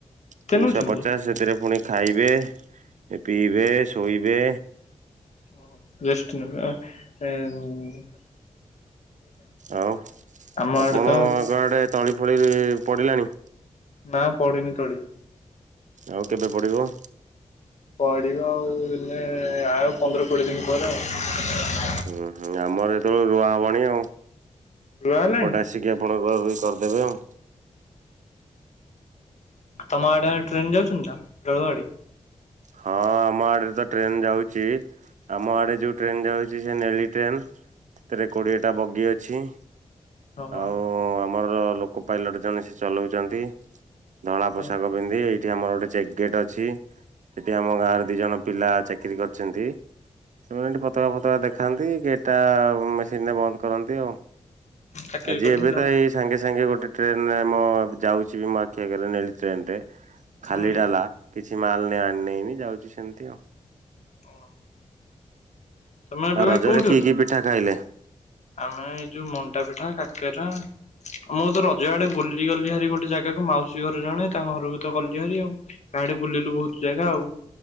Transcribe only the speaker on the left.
କେତେ
ନଉଛନ୍ତି?
<unintelligible>
ଆମ
ଆଡେ ତ
ନାଁ ପଡିିନି ତଳି।
ପଡ଼ିବ ଆଉ ହେଲେ ଆଉ ପନ୍ଦର କୋଡ଼ିଏ ଦିନ ପରେ ଆଉ।
ରୁଆ ହେଲାଣି?
ତମ ଆଡେ ଟ୍ରେନ ଯାଉଛନ୍ତି, ନା ରେଳଗାଡି?
ଓହୋ।
ଓହୋ।
ଚାକିରି
କରିଛନ୍ତି
ଜବ୍
ହଁ କି?
ଓ। ତମେ ଏବେ
ଭାଇ
କୋଉଠି
ଅଛ
ଆମେ ଯୋଉ ମଣ୍ଟା ପିଠା କାକେରା ମୁଁତ ରଜ ଆଡେ ବୁଲି ଗଲି ଭାରି ଗୋଟେ ଜାଗାକୁ ମାଉସୀ ଘରେ ଜଣେ ତାଙ୍କ ଘରକୁ ତ ଗଲି ଭାର ଆଉ ସିଆଡେ ବୁଲିଲୁ ବହୁତ ଜାଗା ଆଉ।